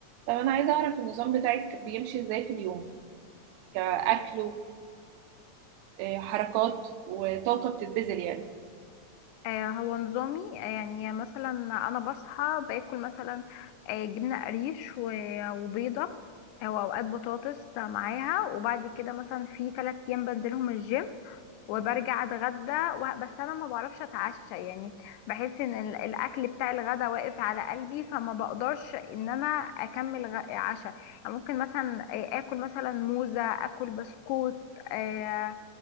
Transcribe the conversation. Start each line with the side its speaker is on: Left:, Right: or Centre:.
Right: طب انا عايزه اعرف النظام بتاعك بيمشي ازاي في اليوم كاكل وحركات وطاقه بتتبذل يعني
Left: آه، هو نظامي آه، يعني مثلا انا بصحى باكل مثلا آه، جبنه قريش و- وبيضه او اوقات بطاطس معاها وبعد كده مثلا في ثلاث ايام بنزلهم الجيم وبرجع اتغدى و- بس انا ما بعرفش اتعشى يعني بحس ان ال- الاكل بتاع الغدا واقف على قلبي فما بقدرش ان انا اكمل غ- عشاء يعني ممكن مثلا آه، اكل مثلا موزه اكل بسكوت آه،